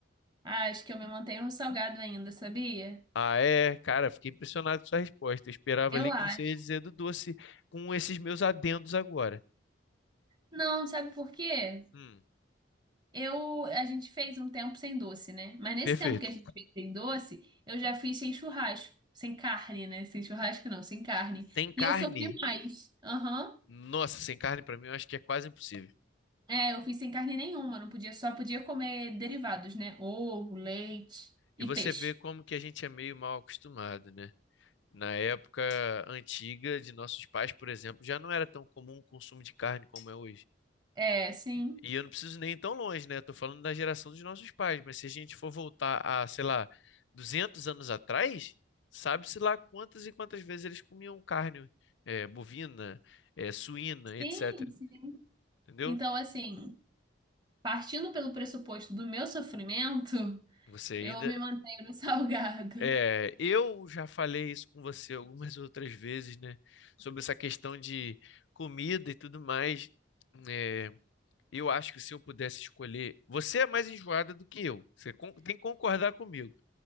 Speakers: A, on the right; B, on the left.
A: Ah, acho que eu me mantenho no salgado ainda, sabia?
B: Ah, é? Cara, fiquei impressionado com sua resposta. Eu esperava
A: Eu
B: ali
A: acho.
B: que você ia dizer do doce com esses meus adendos agora.
A: Não, sabe por quê?
B: Hum,
A: Eu, a gente fez um tempo sem doce, né? Mas nesse
B: perfeito.
A: tempo que a gente fez sem doce, eu já fiz sem churrasco, sem carne, né? Sem churrasco não, sem carne.
B: Sem carne?
A: E eu sofri mais. Aham.
B: Nossa, sem carne pra mim eu acho que é quase impossível.
A: É, eu fiz sem carne nenhuma, não podia, só podia comer derivados, né? Ovo, leite e
B: E você
A: peixe.
B: vê como que a gente é meio mal acostumado, né? Na época antiga de nossos pais, por exemplo, já não era tão comum o consumo de carne como é hoje.
A: É, sim.
B: E eu não preciso nem ir tão longe, né? Eu tô falando da geração dos nossos pais, mas se a gente for voltar a, sei lá, 200 anos atrás, sabe-se lá quantas e quantas vezes eles comiam carne, eh, bovina, eh, suína, etc.
A: Sim, sim.
B: Entendeu?
A: Então, assim, partindo pelo pressuposto do meu sofrimento,
B: Você ainda.
A: eu me mantenho no <laughs> salgado.
B: É, eu já falei isso com você algumas <laughs> outras vezes, né? Sobre essa questão de comida e tudo mais. É, eu acho que se eu pudesse escolher. Você é mais enjoada do que eu. Você con- tem que concordar comigo.